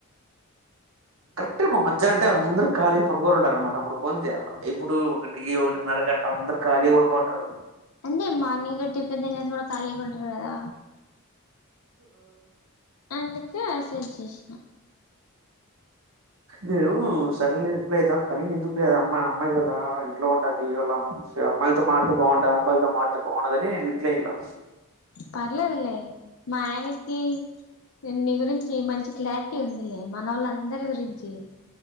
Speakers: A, on the right (about 70°); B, on the left (about 75°).
A: కరెక్ట్గా నువ్ మధహ్యన అంటే అందరు కాళీగా పనుకో ఉంటారుారనమాట అప్పుడు ఫోన్ చేయాలా ఎప్పుడు ఒకటి ఒకటినారా అందరు కలీగ్ పడుకుంటారు.
B: అంతే మార్నింగ్ టిఫిన్ తినేసి కూడా ఖాళీగా ఉంటారు కదా అందుకే ఆసేజేశ్న
A: నేను సరేలే రిప్లే ఇద్దాం కనీ, ఎందుకులే అమ్మ అమ్మాయి కదా ఇంట్లో ఉంటది. వళ్ళమో సరే అమ్మాయిల్తో మాట్తే భావుంటాదా, అమ్బల్తో మాట్తే బాగుండాదని రిప్లై ఇయ్లా.
B: పర్లేద్లే మాయనకి నేన్ నీ గురించి మంచి క్లారిటీ ఉందిలే. మనోళ్ళ అందరి గురించి.